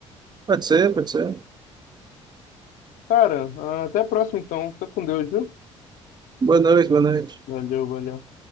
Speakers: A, on the right; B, on the left.
A: Pode ser, pode ser.
B: Cara, até a próxima então. Fica com Deus, viu?
A: Boa noite, boa noite.
B: Valeu, valeu.